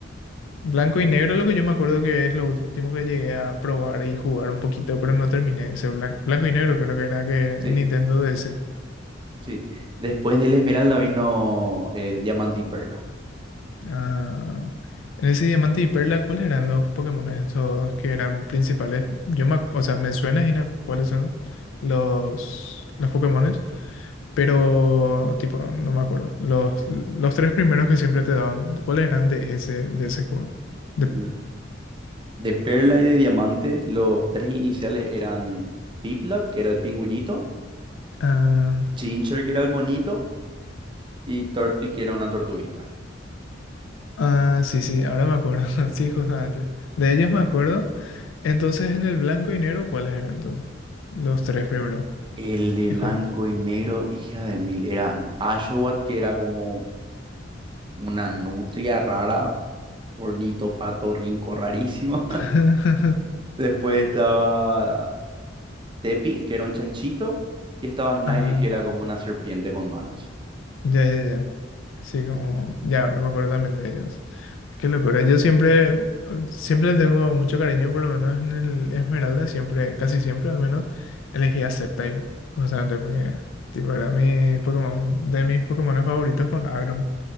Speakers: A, on the left (about 85°); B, on the right (about 25°).
A: Blanco y negro, lo que yo me acuerdo que es lo último que llegué a probar y jugar un poquito, pero no terminé ese blanco, blanco y negro, creo que era que
B: Sí,
A: en Nintendo DS.
B: sí. Después del Esmeralda vino eh, Diamante y Perla.
A: Ah, en ese Diamante y Perla, ¿cuáles eran los Pokémon estos que eran principales? Yo me, ac- o sea, me suena, Gina, cuáles son los, los Pokémones, pero tipo, no me acuerdo. Los, los tres primeros que siempre te daban, ¿cuáles eran de ese, de ese juego? De,
B: De de Perla y de Diamante, los tres iniciales eran Piplat, que era el pingüinito,
A: ah,
B: Chincher, que era el monito, y Tortwig, que era una tortuguita.
A: Ah, sí, sí, ahora me acuerdo. <laughs> Sí, justamente. De ellos me acuerdo. Entonces, en el blanco y negro, ¿cuáles eran entonces? Los tres primero.
B: El de
A: Híjole.
B: blanco y negro, hija de mil, eran Ashwat, que era como una nutria rara, ornito, pato, rinco, rarísimo.
A: <laughs>
B: <laughs> Después estaba Tepi, que era un chanchito, y estaba Snivy,
A: Ah,
B: que era como una serpiente con manos.
A: Ya, ya, ya. Sí, como, ya, ahora me acuerdo también de ellos. Qué locura. Yo siempre, siempre le tengo mucho cariño, por lo menos en el Esmeralda, siempre, casi siempre al menos, elegí a Sceptile, justamente porque, tipo, era mi Pokémon, de mis Pokémon favoritos con Agron.